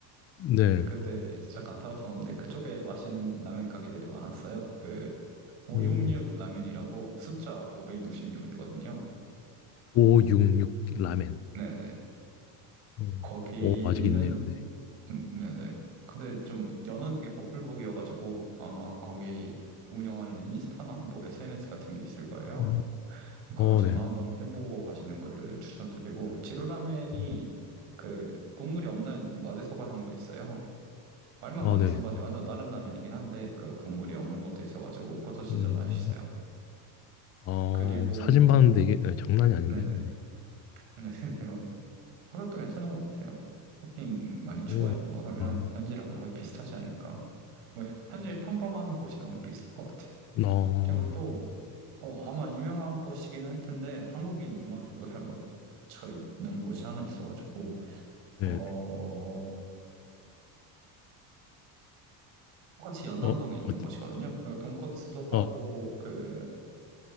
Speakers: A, on the left; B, on the right.
A: 네.
B: 그때 잠깐 살았었는데 그쪽에 마시는 라멘 가게들이 많았어요 그 566
A: 음,
B: 라멘이라고 숫자 566이거든요
A: 566 라멘.
B: 네네
A: 어,
B: 거기는
A: 오, 아직 있네요. 네.
B: 음, 네네. 근데 좀 여는 게 복불복이어가지고 아마 거기 운영하는 인스타나 뭐 SNS 같은 게 있을 거예요.
A: 음,
B: 그거는
A: 어,
B: 전화
A: 네.
B: 한번 해보고 가시는 거를 추천드리고 지루라멘이
A: 음,
B: 그 국물이 없는 마제소바형도 있어요. 말만
A: 어,
B: 마제소바지
A: 네.
B: 완전 다른 라면이긴 한데 그 국물이 없는 것도 있어가지고 그것도 진짜
A: 음,
B: 맛있어요.
A: 어,
B: 그리고
A: 사진 봤는데 이게 네, 장난이 아닌데요.
B: 네네.
A: 네.
B: <laughs> 네, 네. 가격도 괜찮은 것 같아요. 토핑 많이 추가해서
A: 오,
B: 먹으면
A: 좋다.
B: 현지랑 거의 비슷하지 않을까 뭐 현재 평범한 곳이랑은 비슷한 것 같아요.
A: 어,
B: 그리고 또 어, 아마 유명한 곳이긴 할 텐데 한국인 입맛에도 잘 맞춰 있는 곳이 하나 있어가지고
A: 네네.
B: 어 똑같이 연남동에
A: 어,
B: 있는
A: 어디,
B: 곳이거든요. 그리고 돈코츠도 하고
A: 어,
B: 그